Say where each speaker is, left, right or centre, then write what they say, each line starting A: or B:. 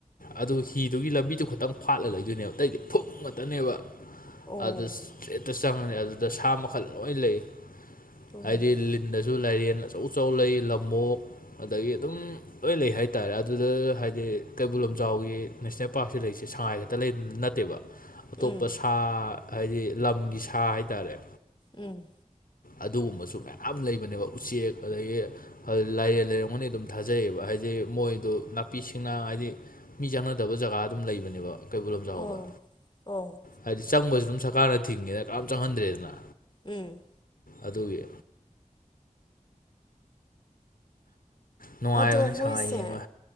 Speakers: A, on the left; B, on the left.
A: ꯑꯗꯨ ꯍꯤꯗꯨꯒꯤ ꯂꯝꯕꯤꯗꯨ ꯈꯤꯇꯪ ꯐꯥꯠꯂ ꯂꯩꯗꯣꯏꯅꯦꯕ ꯑꯇꯩꯗꯤ ꯐꯛ ꯉꯛꯇꯅꯦꯕ
B: ꯑꯣ
A: ꯑꯗꯨ ꯇ꯭ꯔꯦꯠꯇ ꯆꯪꯉꯅꯤ ꯑꯗꯨꯗ ꯁꯥ ꯃꯈꯜ ꯂꯣꯏ ꯂꯩ
B: ꯑꯣ ꯎꯝ
A: ꯍꯥꯏꯗꯤ ꯟꯗꯁꯨ ꯂꯥꯏꯔꯦꯟ ꯑꯆꯧ ꯑꯆꯧ ꯂꯩ ꯂꯝꯕꯣꯛ ꯑꯗꯒꯤ ꯑꯗꯨꯝ ꯂꯣꯏ ꯂꯩ ꯍꯥꯏꯇꯥꯔꯦ ꯑꯗꯨꯗ ꯍꯥꯏꯗꯤ ꯀꯩꯕꯨꯜ ꯂꯝꯖꯥꯎꯒꯤ ꯅꯦꯁꯅꯦꯜ ꯄꯥꯔꯛꯁꯤꯦ ꯂꯩꯔꯤꯁꯦ ꯁꯉꯥꯏ ꯈꯛꯇ ꯂꯩ ꯅꯠꯇꯦꯕ
B: ꯎꯝ
A: ꯑꯇꯣꯞꯄ ꯁꯥ ꯍꯥꯏꯗꯤ ꯂꯝꯒꯤ ꯁꯥ ꯍꯥꯏꯇꯥꯔꯦ
B: ꯎꯝ
A: ꯑꯗꯨꯒꯨꯝꯕꯁꯨ ꯃꯌꯥꯝ ꯂꯩꯕꯅꯦꯕ ꯎꯆꯦꯛ ꯑꯗꯒꯤ ꯂꯥꯏꯔ ꯂꯩꯔꯝꯒꯅꯤ ꯑꯗꯨꯝ ꯊꯥꯖꯩꯌꯦꯕ ꯍꯥꯏꯗꯤ ꯃꯣꯏꯗꯨ ꯅꯥꯄꯤꯁꯤꯡꯅ ꯍꯥꯏꯗꯤ ꯃꯤ ꯆꯥꯟꯅꯗꯕ ꯖꯒꯥ ꯑꯗꯨꯝ ꯂꯩꯕꯅꯦꯕ ꯀꯩꯕꯨꯜ ꯂꯝꯖꯥꯎꯗ
B: ꯑꯣ ꯑꯣ
A: ꯍꯥꯏꯗꯤ ꯆꯪꯕꯁꯨ ꯑꯗꯨꯝ ꯁꯔꯀꯥꯔꯅ ꯊꯤꯡꯉꯤꯅ ꯀꯔꯝ ꯆꯪꯍꯟꯗ꯭ꯔꯦꯗꯅ
B: ꯎꯝ
A: ꯑꯗꯨꯒꯤ ꯅꯨꯡꯉꯥꯏꯕꯅꯦ
B: ꯑꯗꯣ ꯃꯣꯏꯁꯦ
A: ꯁꯉꯥꯏ ꯌꯦꯡꯕ